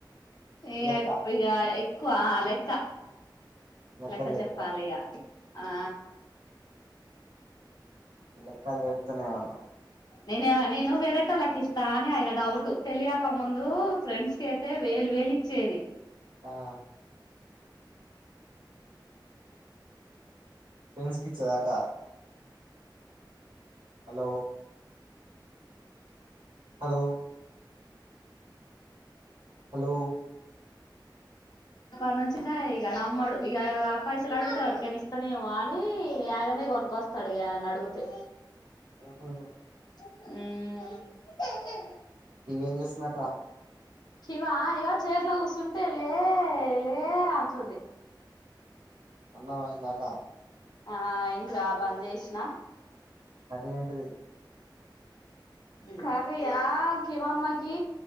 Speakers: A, on the left; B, on the right.
A: ఏ
B: లెక్క
A: ఇగ ఎక్కువ ఆ లెక్క
B: లెక్కలు
A: లెక్క
B: చెప్పాలి
A: జెప్పాలిగ ఆ
B: లెక్కలు చెప్తూనేమన్నా
A: నేనేమ నేను వేరేటోళక్కిస్తా అని ఆయన డౌట్ పెళ్లిగాక ముందు ఫ్రెండ్స్ కైతే వేలిచ్చేది
B: ఆ ఫ్రెండ్స్ కిచ్చేదాకా హలో హలో హలో
A: అప్పనుంచిద ఇగ నమ్మడు ఇగ అప్పైయిసలు అడిగుతే ఎవరికైని ఇస్తనేమో అని ఆయననే కొనుకొస్తాడిగా ఆనడుగితే
B: ఆహా
A: ఉమ్
B: ఏం చేస్తుందక్క
A: షివా ఇగ చైర్లో కూసుంటే లే లే అంటుంది
B: అన్నం అయిందాకా
A: ఆ అయింద్రా బంద్ జేష్నా
B: అది ఏంటది
A: కర్రియా కివమ్మకి